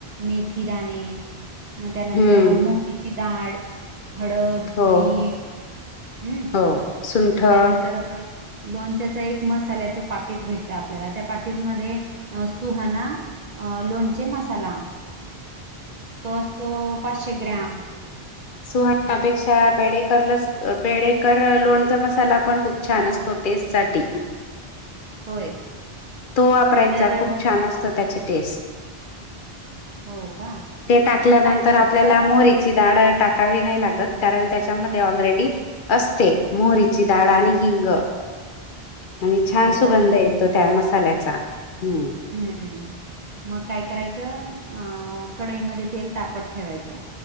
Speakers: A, on the right; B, on the left.
A: मेथीदाणे त्यानंतर
B: हम्म
A: मोहरीची डाळ, हळद,
B: हो
A: मीठ हम्म.
B: हो सुंठ हा
A: त्यानंतर लोणच्याचा एक मसाल्याच पाकिट भेटत आपल्याला त्या पाकिटमध्ये सुहाना अ लोणचे मसाला तो असतो पाचशे ग्राम
B: सुहनापेक्षा बेडेकर लस बेडेकर लोणचा मसाला पण खूप छान असतो. तो टेस्टसाठी.
A: होय.
B: तो वापरायचा
A: तर
B: खूप
A: अ,
B: छान असतो त्याची टेस्ट.
A: हो का.
B: ते टाकल्यानंतर
A: मग काय करायचं
B: आपल्याला मोहरीची दाड टाकावी नाही लागत कारण त्याच्यामध्ये ऑलरेडी असते मोहरीची डाळ आणि हिंग.
A: <inaudible>
B: आणि छान
A: हो
B: सुगंध
A: का?
B: येतो त्या मसाल्याचा हम्म.
A: हम्म. मग काय करायचं अं कडाई मध्ये तेल तापत ठेवायचं.